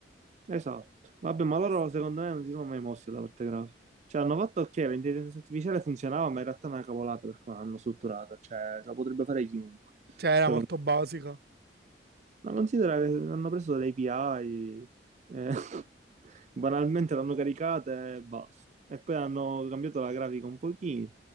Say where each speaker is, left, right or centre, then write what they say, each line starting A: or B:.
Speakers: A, on the right (about 40°); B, on the right (about 60°).
A: Esatto. Vabbè, ma loro secondo me non si sono mai mossi dalla parte grafica. Cioè, hanno fatto ok, l'intelligenza artificiale funzionava, ma in realtà è una cavolata per come l'hanno strutturata. Cioè, la potrebbe fare chiunque.
B: cioè era
A: Secondo
B: molto basica.
A: me. Ma considera che hanno preso delle API, eh, <laughs> banalmente l'hanno caricata e basta. E poi hanno cambiato la grafica un pochino,